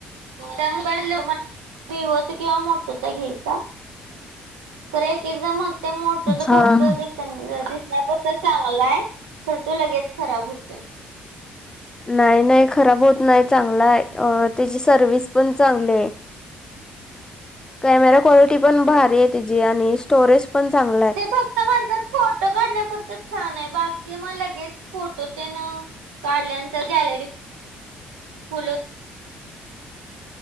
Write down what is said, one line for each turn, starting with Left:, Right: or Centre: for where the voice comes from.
Right: त्या <unintelligible> मोबाईल विवोचा किंवा मोटोचा घ्यायचा. खरं एक एक जण म्हणतय मोटोच
Left: हा.
Right: फक्त डिस प दिसण्यापुरत चांगला आहे तर तो लगेच खराब होतोय.
Left: नाही नाही खराब होत नाही चांगला आहे, त्याची सर्विस पण चांगली आहे. कॅमेरा क्वालिटी
Right: मग
Left: पण भारी
Right: ते
Left: आहे तिची आणि स्टोरेज पण चांगला आहे.
Right: ते फक्त म्हणतात फोटो काढण्यापुरत छान आहे. बाकी मग लगेच फोटो त्यान... काढल्यानंतर गॅलरी...... फुलून.